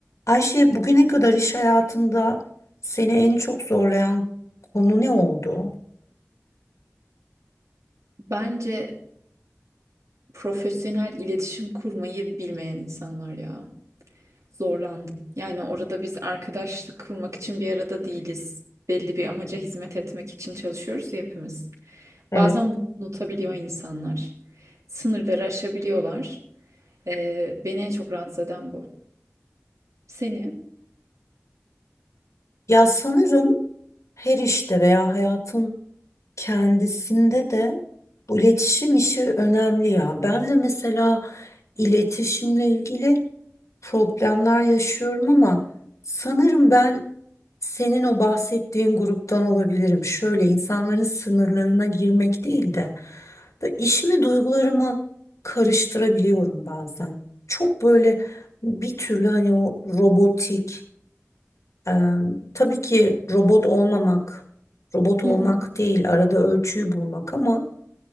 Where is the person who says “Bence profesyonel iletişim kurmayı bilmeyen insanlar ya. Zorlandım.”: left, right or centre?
Right